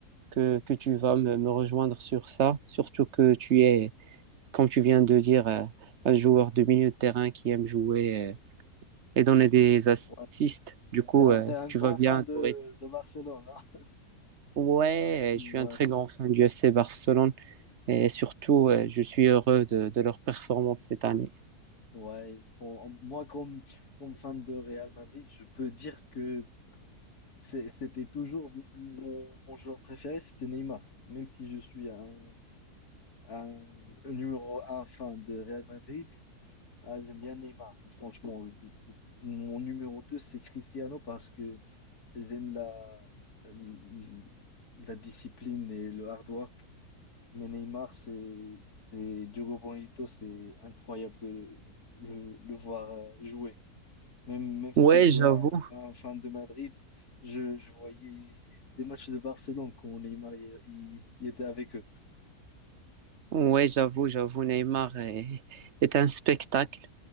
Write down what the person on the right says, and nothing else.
que, que tu vas me, me rejoindre sur ça. Surtout que tu es, comme tu viens de dire, euh, un joueur de milieu de terrain qui aime jouer. euh, et donner des assists.
Du coup,
euh,
tu
vas bien.
au rythme.
Ouais,
euh, je suis
un très grand fan du FC Barcelone et surtout, euh, je suis heureux de, de leur performance cette année.
Ouais,
j'avoue.
Ouais, j'avoue, j'avoue, Neymar est, est un spectacle.